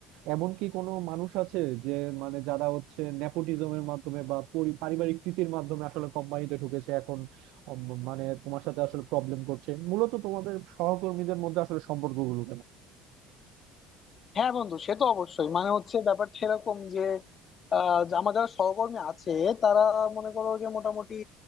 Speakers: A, on the right; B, on the left.
A: এমন কি কোনো মানুষ আছে যে মানে যারা হচ্ছে নেপোটিজমের মাধ্যমে বা পরি- পারিবারিক প্রীতির মাধ্যমে আসলে কোম্পানিতে ঢুকেছে এখন উম, মানে তোমার সাথে আসলে প্রবলেম করছে মূলত তোমাদের সহকর্মীদের মধ্যে আসলে সম্পর্কগুলো
B: হ্যাঁ বন্ধু সে তো অবশ্যই মানে হচ্ছে ব্যাপারটা এরকম যে আহ, যে আমার যারা সহকর্মী আছে তারা মনে করো যে মোটামুটি